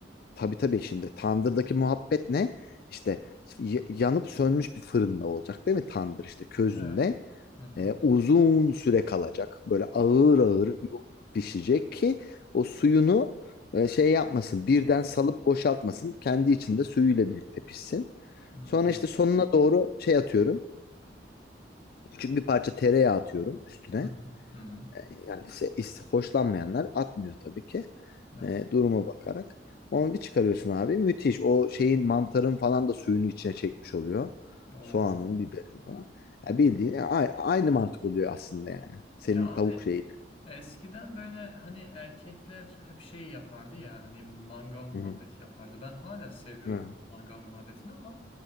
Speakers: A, on the left (about 55°); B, on the left (about 30°).
A: Tabii tabii şimdi tandırdaki muhabbet ne? İşte y- yanıp sönmüş bir fırında olacak değil mi tandır işte közünde.
B: Evet. Hı hı.
A: E, uzun süre kalacak. Böyle ağır ağır pişecek ki o suyunu e, şey yapmasın. Birden salıp boşaltmasın. Kendi içinde suyuyla birlikte pişsin.
B: Hı hı
A: Sonra işte sonuna doğru şey atıyorum. Küçük bir parça tereyağı atıyorum üstüne
B: hı hı. hı.
A: yani se- is- hoşlanmayanlar atmıyor tabii ki.
B: Evet.
A: E, duruma bakarak. Onu bir çıkarıyorsun abi. Müthiş. O şeyin mantarın falan da suyunu içine çekmiş oluyor.
B: Oo.
A: Soğanın, biberin falan. Ya bildiğin ya a- aynı mantık oluyor aslında yani. Senin
B: Ya abi
A: tavuk şeyi.
B: eskiden böyle hani erkekler hep şey yapardı ya hani mangal muhabbeti
A: Hı hı.
B: yapardı. Ben hala seviyorum
A: Hı.
B: mangal muhabbetini ama